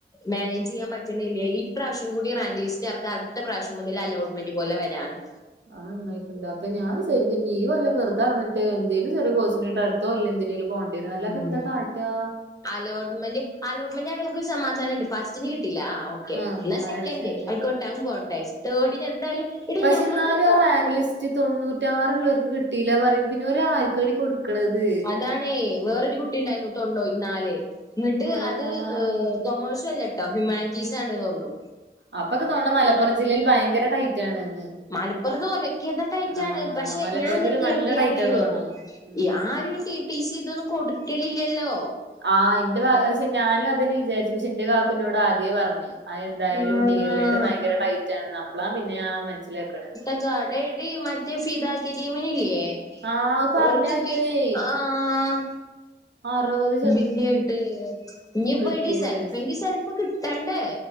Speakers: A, on the left; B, on the right.
A: മാനേജ് ചെയ്യാൻ പറ്റിണില്യ ഈ പ്രാവശ്യം കൂടി റാങ്ക് ലിസ്റ്റ് എർക അടുത്ത പ്രാവശ്യം മുതല് അലോട്ട്മെന്റ് പോലെ വരാന്ന്.
B: ആത് നന്നായിട്ട്ണ്ട് അപ്പ ഞാ വിചാരിക്കും നീ വെല്ല വെറുതെ നടന്നിട്ട് എന്തേലും ചെറിയ കോഴ്സ് എന്നിട്ട് അടുത്തൊല്ലം എന്തിനേലും പോണ്ടി വെരും അല്ലാതെ
A: ഉം
B: ഇപ്പൊ എന്താ കാട്ടാ?
A: അലോട്ട്മെന്റ് അലോട്ട്മെന്റ് ആണെങ്കി നമുക്ക് സമാധാനണ്ട് ഫസ്റ്റിന് കിട്ടയില്ല അഹ് ഓക്കെ
B: ആഹ്
A: എന്നാ സെക്കന്റ്
B: അടുത്ത അതന്നെ
A: ആയിക്കോ ട്ടെ അതും പോട്ടെ തേടിന് എന്തായാലും എടി
B: പഷെ
A: നമ്മള്
B: എന്നാലും ആ റാങ്ക് ലിസ്റ്റ് തൊണ്ണൂറ്റാറുള്ളോർക്ക് കിട്ടിയില പറയും പിന്നെ ഓര് ആർക്കാടി കൊടു ക്കണത്?
A: അതാണേ വേറൊരു കുട്ടിണ്ടായിരുന്നു തൊണ്ണൂറ്റിനാല് ഇന്നിട്ട്
B: അള്ളാ
A: അത് ഏഹ് കൊമേഴ്സ് അല്ലെട്ടോ ഹ്യൂമാനിറ്റീസാണ് തോന്നുണു
B: അപ്പൊക്കെ തോന്നിണ് മലപ്പുറം ജില്ലയിൽ ഭയങ്കര ടൈറ്റ് ആണ്ന്ന്.
A: മലപ്പൊറത്ത് ഒലക്കേത്ത ടൈറ്റാണ്
B: ആഹ്
A: പക്ഷെ
B: മലപ്പുറം
A: ഞാൻന്താ
B: ജില്ല
A: കെരുതിയേ
B: നല്ല ടൈറ്റാ
A: അറിയോ
B: തോന്നുണു ഉം
A: ഈ ആരും ഈ ടി ടി സി ഇതൊന്നും കൊടുക്കലില്യല്ലോ
B: ആഹ് ഇന്റെ <unintelligible> പഷെ ഞാനും അതെന്നെ വിചാരിച്ച് പഷെ ഇന്റെ കാക്കു ഇന്നോട് ആദ്യേ പറഞ്ഞ് ആ എന്തായാലും
A: ആഹ്
B: ഡി എൽ എഡ് ഭയങ്കര ടൈറ്റ് ആണ്ന്ന് അപ്പളാ പിന്നെ ഞാ മനസ്സിലാക്ക്ണ്.
A: <unintelligible> ടി മറ്റേ ഫിദ കെരീമിനില്ലേ
B: ആഹ് അത് പറഞ്ഞനുവേ
A: ഓൽക്ക് പി ആഹ്
B: അറവത്
A: ബിസി ആയിട്ട് ഇനിയിപ്പ
B: കിട്ടീന്ന്
A: എടി സെൽഫെങ്കി സെൽഫ് കിട്ടണ്ടേ